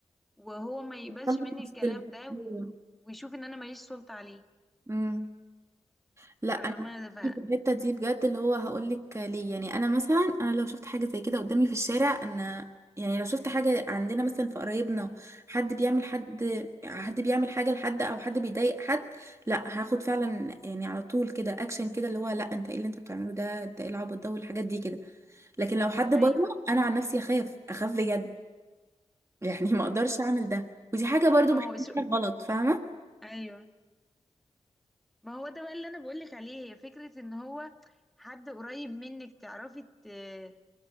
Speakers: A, in the centre; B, on the right.
A: وهو ما يقبلش
B: وصلت
A: مني
B: مشكله
A: الكلام ده
B: أيوة.
A: و... ويشوف ان انا ماليش سلطه عليه
B: مم. لا
A: فاهمه
B: انا
A: ف
B: في الحته دي بجد اللي هو هقول لك ليه يعني انا مثلا انا لو شفت حاجه زي كده قدامي في الشارع انا يعني لو شفت حاجه عندنا مثلا في قرايبنا حد بيعمل حد حد بيعمل حاجه لحد او حد بيضايق حد لا هاخد فعلا يعني على طول كده اكشن كده اللي هو لا انت ايه اللي انت بتعمله ده انت ايه العبط ده والحاجات دي كده لكن لو حد بره
A: ايوه
B: انا عن نفسي اخاف اخاف بجد <laughs> يعني ما اقدرش اعمل ده ودي حاجه برضو
A: ما
B: بحسها
A: هو شو
B: غلط فاهمه
A: ايوه ما هو ده بقى اللي انا بقولك عليه هي فكرة ان هو حد قريب منك تعرفي ت-